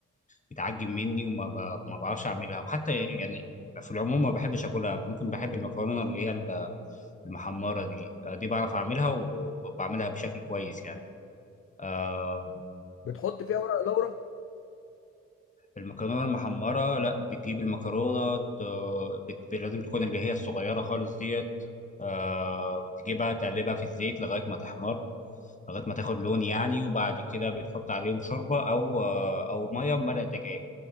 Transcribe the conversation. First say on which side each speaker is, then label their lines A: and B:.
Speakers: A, on the left; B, on the left.
A: بتعجب مني وما ب... ما بعرفش اعملها وحتى يعني في العموم ما بحبش اكلها ممكن بحب المكرونه اللي هي المحمره دي آه، دي بعرف اعملها وبعملها بشكل كويس يعني آه،
B: بتحط فيها ورق لورا
A: المكرونه المحمره لا بتجيب المكرونه ت- بت- لازم تكون اللي هي الصغيره خالص ديت آه تجيبها تقلبها في الزيت لغايه ما تحمر لغايه ما تاخد لون يعني وبعد كده بتحط عليهم شوربه او آه او ميه بمرق دجاج